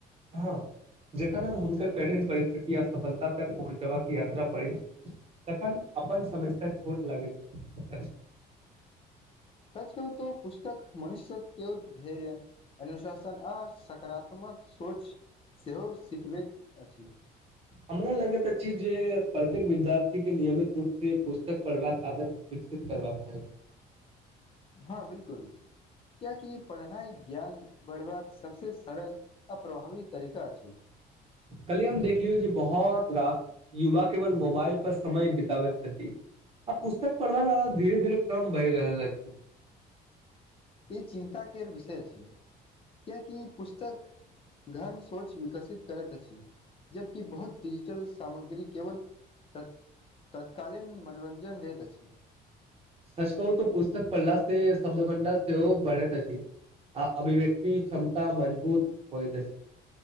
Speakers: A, on the right; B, on the left.
A: हाँ जखन हम हुनकर कठिन परिस्थिति आ सफलता तक पहुँचबाक यात्रा पड़े, तखन अपन समस्या छोट लागैत अछि।
B: सच कहु ते पुस्तक मनुष्यके धैर्य, अनुशासन आ सकारात्मक सोच सेहो सिखबैत अछि।
A: हमरा लगैत अछि जे प्रत्येक विद्यार्थीके नियमित रूप से पुस्तक पढ़बाक आदत विकसित करबाक चाही।
B: हाँ बिलकुल कियाकी पढ़नाय ज्ञान बढ़बाक सबसे सरल आ प्रभावी तरीका छै।
A: कल्हि हम देखलियौ जे बहुत रास युवा केवल मोबाइल पर समय बिताबे छथी आ पुस्तक पढ़वा वाला धीरे- धीरे कम भय रहल अछी।
B: इ चिन्ताक केर विषय अछि कियाकि पुस्तक घन सोच विकसित करत अछि, जबकि बहुत डिजिटल सामग्री केवल त तत्कालीन मनोरंजन दैत अछि।
A: सच कहू त पुस्तक पढ़ला से शब्द भंडार सेहो बढ़ैत अछी आ अभिव्यक्ति क्षमता मजबूत होएत अछी।